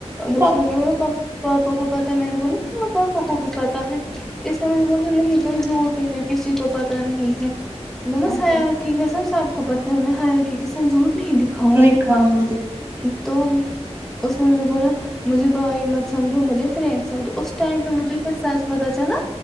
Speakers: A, on the right (about 20°); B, in the centre.
A: سب
B: اس نے مجھے بولا بولا پاپا کو پت ہے میں نے بولا ہاں پاپا کو بھی پتہ ہے اس نے مجھے بولا نہیں تم جھوٹ <inaudible> کسی کو پتہ نہیں ہے
A: کچھ
B: صاحب کو پتہ ہے میں <unintelligible> دکھاؤں
A: میں
B: گی
A: کھاؤں
B: تو اس میں نے بولا مجھے بھائی مت سمجھو مجھے فرینڈ ٹائم تو مجھے پھر سائز پتہ چلا